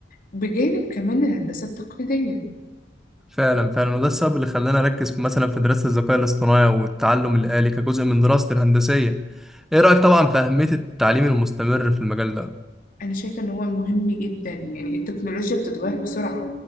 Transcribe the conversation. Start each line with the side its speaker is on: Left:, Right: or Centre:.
Left: بجانب كمان الهندسة التقليدية
Centre: فعلا فعلا وده السبب اللي خلاني أركز في مثلا في دراسة الذكاء الاصطناعي والتعلم الآلي كجزء من دراستي الهندسية إيه رأيك طبعا في أهمية التعليم المستمر في المجال ده
Left: أنا شايفة إن هو مهم جدا يعني التكنولوجيا بتتغير بسرعة